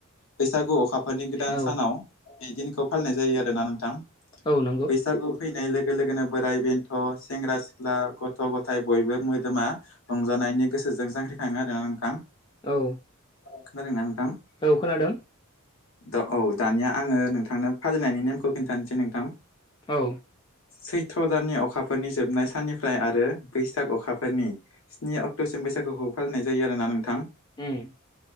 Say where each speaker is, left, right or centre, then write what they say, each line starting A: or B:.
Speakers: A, on the left (about 65°); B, on the left (about 20°).
A: बैसागु अखाफोरनि गोदान
B: औ
A: सानाव बेदिनखौ फालिनाय जायो आरो ना नोंथां।
B: औ नंगौ
A: बैसागु फैनाय लोगो लोगोनो बोराइ बेन्थ' सेंग्रा सिख्ला गथ' ग थाय बयबो मोदोमा रंजानायनि गोसोजों जांख्रिखाङो आरो ना नोंथां।
B: औ
A: खोनादों ना नोंथां?
B: औ खोनादों।
A: दा औ दानिया आङो नोंथांनो फालिनायनि नेमखौ खिन्थानोसै नोंथां
B: औ
A: सैथ्र' दाननि अखाफोरनि जोबनाय साननिफ्राय आरो बैसाग अखाफोरनि स्नि अक्ट'सेम्बर बैसागुखौ फालिनाय जायो आरोना नोंथां।
B: उम